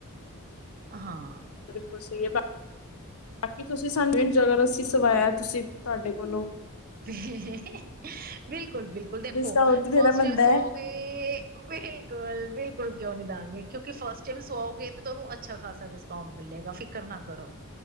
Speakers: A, on the right; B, on the left.
A: ਹਾਂ।
B: ਕੁਛ। ਬਾਕੀ ਤੁਸੀਂ ਸਾਨੂੰ ਜਗ੍ਹਾ ਦੱਸੀ ਸਵਾਇਆ ਤੁਸੀਂ ਤੁਹਾਡੇ ਕੋਲੋਂ
A: ਬਿਲ ਬਿਲਕੁਲ- ਬਿਲਕੁਲ ਦੇਖੋ
B: ਡਿਸਕਾਊਂਟ ਤੇ ਦੇਣਾ
A: ਫਸਟ ਟਾਈਮ
B: ਬਣਦਾ
A: ਸੁ
B: ਹੈ।
A: ਆਓਗੇ ਬਿਲਕੁਲ- ਬਿਲਕੁਲ। ਗੁ ਕਿਉਂ ਨਹੀਂ ਦਾਂਗੇ ਕਿਉਂਕਿ ਫਸਟ ਟਾਈਮ ਸਵਾਓਗੇ ਤੇ ਤੁਹਾਨੂੰ ਅੱਛਾ ਖਾਸਾ ਡਿਸਕਾਊਂਟ ਮਿਲੇਗਾ ਫਿਕਰ ਨਾ ਕਰੋ।